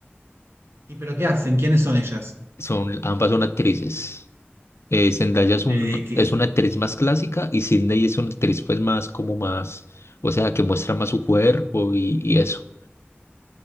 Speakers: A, on the right; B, on the left.
A: ¿Y pero qué hacen? ¿Quiénes son ellas?
B: Son, ambas son actrices. Eh, Zendaya es
A: ¿De
B: un,
A: qué-
B: es una actriz más clásica y Sydney es una actriz pues más como más, o sea, que muestra más su cuerpo y, y eso.